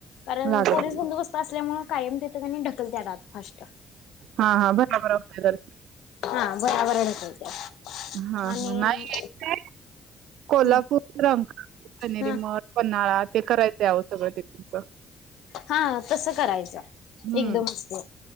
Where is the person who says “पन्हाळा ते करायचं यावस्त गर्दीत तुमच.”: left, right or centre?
Right